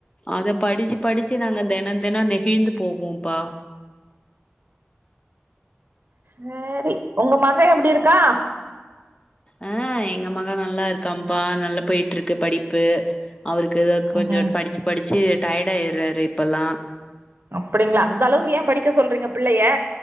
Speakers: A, on the left; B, on the right.
A: அத படிச்சு படிச்சு நாங்க தெனோ தெனோ நெகிழ்ந்து போவோம்பா
B: சேரி உங்க மக எப்டி இருக்கா
A: அ எங்க மக நல்லா இருக்காம்பா நல்லா போயிட்ருக்கு படிப்பு அவருக்கு ஏதோ கொஞ்சோ
B: ம்
A: படிச்சு படிச்சு டயர்ட்டாயிறாரு இப்ப எல்லா
B: அப்படிங்களா அந்த அளவுக்கு ஏ படிக்க சொல்றீங்க பிள்ளைய